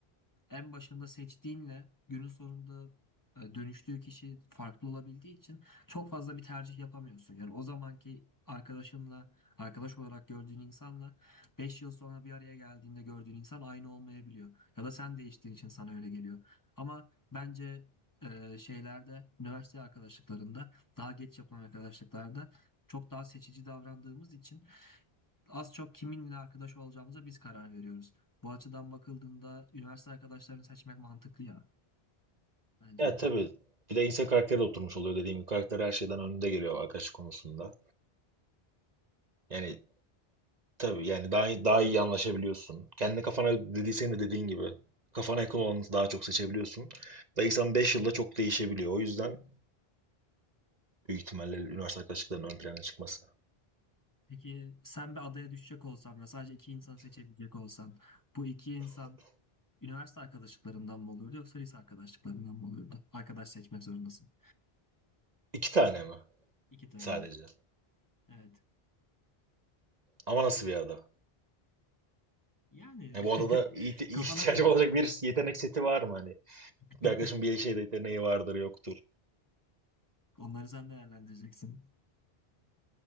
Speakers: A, on the left; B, on the right.
A: en başında seçtiğinle günün sonunda e, dönüştüğü kişi farklı olabildiği için çok fazla bir tercih yapamıyorsun. Yani o zamanki arkadaşınla, arkadaş olarak gördüğün insanla 5 yıl sonra bir araya geldiğinde gördüğün insan aynı olmayabiliyor. Ya da sen değiştiğin için sana öyle geliyor. Ama bence e, şeylerde, üniversite arkadaşlıklarında, daha geç yapılan arkadaşlıklarda çok daha seçici davrandığımız için az çok kiminle arkadaş olacağımıza biz karar veriyoruz. Bu açıdan bakıldığında üniversite arkadaşlarını seçmek mantıklı ya bence.
B: Ya tabii bir de insan karakteri de oturmuş oluyor dediğim gibi. Karakter her şeyden önünde geliyor arkadaş konusunda. Yani Tabii yani daha daha iyi anlaşabiliyorsun. Kendi kafana dedi de dediğin gibi kafana yakın olanı daha çok seçebiliyorsun. Belki sen 5 yılda çok değişebiliyor. O yüzden büyük ihtimalle üniversite arkadaşlıklarının ön plana çıkması.
A: Peki sen bir adaya düşecek olsan ve sadece iki insan seçebilecek olsan bu iki insan üniversite arkadaşlıklarından mı olurdu yoksa lise arkadaşlıklarından mı olurdu? Arkadaş seçmek zorundasın.
B: İki tane mi
A: İki tane.
B: sadece?
A: Evet.
B: Ama nasıl bir ada?
A: Yani
B: Yani bu adada
A: <laughs>
B: ihti- ihtiyacım
A: kafana göre.
B: olacak bir yetenek seti var mı hani?
A: <laughs>
B: Bir arkadaşım bir şeyde yeteneği vardır yoktur.
A: Onları sen değerlendireceksin.